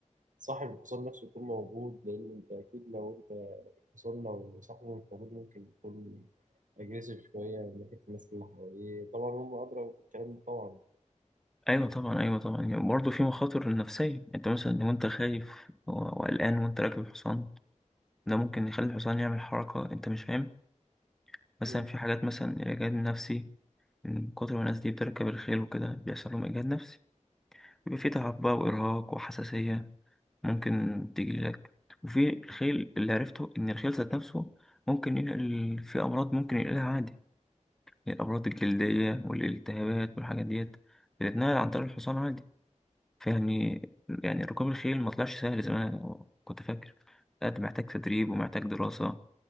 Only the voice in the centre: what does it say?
أيوة طبعا أيوة طبعا يعني برضه في مخاطر نفسية أنت مثلا لو أنت خايف و- وقلقان وأنت راكب الحصان ده ممكن يخلي الحصان يعمل حركة أنت مش فاهم مثلا
في حاجات مثلا الإجهاد النفسي من كتر ما الناس دي بتركب الخيل وكده بيحصل لهم إجهاد نفسي بيبقى في تعب بقى وإرهاق وحساسية ممكن تيجي لك وفي الخيل اللي عرفته إن الخيل ذات نفسه ممكن ينقل في أمراض ممكن ينقلها عادي الأمراض الجلدية والالتهابات والحاجات ديت بتتنقل عن طريق الحصان عادي فيعني يعني ركوب الخيل ما طلعش سهل زي ما أنا كنت فاكر قد محتاج تدريب ومحتاج دراسة